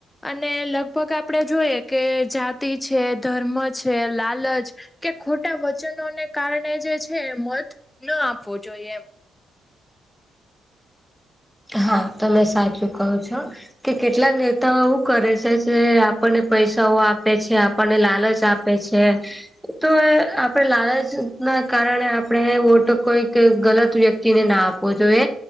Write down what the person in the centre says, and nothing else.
હા તમે સાચું કહો છો. કે કેટલાક નેતાઓ એવું કરે છે જે આપણને પૈસાઓ આપે છે, આપણને લાલચ આપ પે છે. તોય આપડે લાલચ ના કારણે આપડે વોટ કોઈક ગલત વ્યક્તિને ના આપ પો જોએ